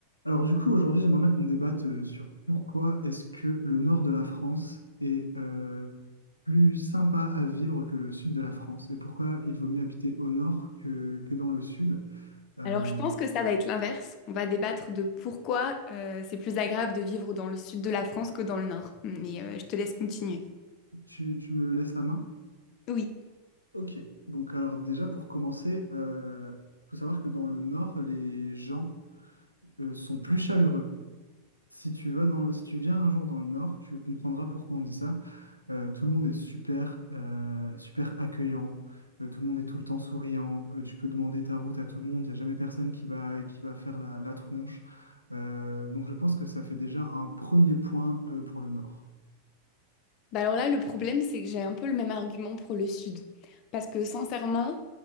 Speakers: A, on the left; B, on the left.
A: Alors du coup, aujourd'hui, j'aimerais bien qu'on débatte euh, sur pourquoi est-ce que le nord de la France est euh, plus sympa à vivre que le sud de la France et pourquoi il vaut mieux habiter au nord que, que dans le sud. Euh,
B: Alors, je pense que ça va être l'inverse. On va débattre de pourquoi euh, c'est plus agréable de vivre dans le sud de la France que dans le nord. Mais euh, je te laisse continuer.
A: tu, tu me laisses la main?
B: Oui.
A: Ok, donc alors déjà pour commencer, il faut savoir que dans le nord, les gens euh, sont plus chaleureux. Si tu vas dans le- si tu viens un jour dans le Nord, tu comprendras pourquoi on dit ça. Euh, tout le monde est super, euh, super accueillant. Euh, tout le monde est tout le temps souriant. Euh, tu peux demander ta route à tout le monde. Il n'y a jamais personne qui va, qui va faire la, la tronche. Euh, donc je pense que ça fait déjà un premier point, euh, pour le Nord.
B: Bah alors là, le problème, c'est que j'ai un peu le même argument pour le sud. Parce que sincèrement,